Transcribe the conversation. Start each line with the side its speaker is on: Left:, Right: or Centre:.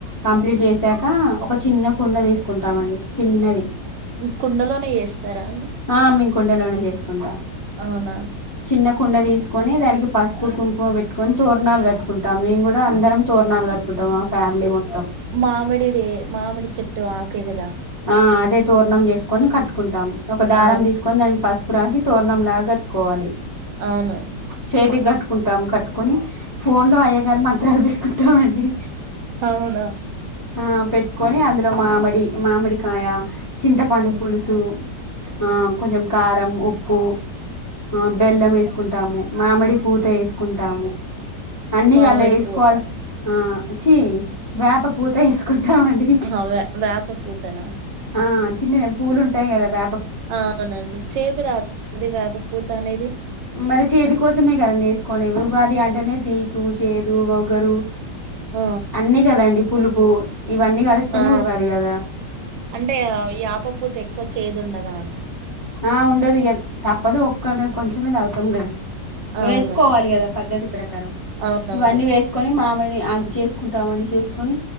Left: కంప్లీట్ చేసాక ఒక చిన్న కుండ తీసుకుంటామండి చిన్నది
Right: కుండలోనే చేస్తారా అండి
Left: ఆ మేము కుండలోనే చేసుకుంటాం
Right: అవునా
Left: చిన్న కుండ తీసుకొని దానికి పసుపు కుంకుమ పెట్టుకోని తోరణాలు కట్టుకుంటాం మేము కూడా అందరం తోరణాలు కట్టుకుంటాం మా ఫ్యామిలీ మొ
Right: మామిడిదే మామిడి చెట్టు ఆకేగదా
Left: ఆ అదే తోరణం చేసుకొని కట్టుకుంటాం ఒక దారం
Right: అవును
Left: తీసుకొని దానికి పసుపు రాసి తోరణం లాగా కట్టుకోవాలి
Right: అవునండి
Left: చేతి గట్ కుంటాము కట్టుకోని ఫోన్ లో అయ్య గారు మంత్రాలు పెట్టుకుంటామండి
Right: అవునా
Left: ఆ పెట్టుకొని అందులో మామిడి మామిడికాయ చింతపండు
Right: ఉమ్
Left: పులుసు ఆ కొంచెం కారం ఉప్పు ఆ బెల్లం వేసుకుంటాము మామిడి పూత వేసుకుంటాము అన్ని
Right: మామిడి
Left: అళ్లా వేసుకోవల్సి
Right: పూత
Left: ఆచ్చి వేప పూత వేసుకో ంటామండి
Right: ఆహా వే వేప పూతనా
Left: ఆ చిన్నయే పూలు ఉంటాయ్ కదా వే
Right: అవునండి చేదు రాద్ అది వేప పూత అనేది
Left: మరి చేదు కోసమే కద వేసుకోనేవి ఉగాది అంటేనే తీపు చేదు వగరు
Right: మ్మ్
Left: అ కదండి పులుపు ఇవన్నీ కలిస్తేనే
Right: ఆవునా
Left: ఉగాది కదా
Right: అంటే ఈ యప పూతేక్కువ చేదు ఉండదా అని
Left: ఆ ఉండదు ఇగ తప్పదు ఒక్కడ కొంచమే అగుతాం కదా అండ్
Right: అవునండి
Left: వేసుకోవాలి కదా పద్ధతి ప్రకారం
Right: అవునవును
Left: ఇవన్నీ వేసుకొని మామిడ్ అ చేసుకుంటామంని చేసుకొని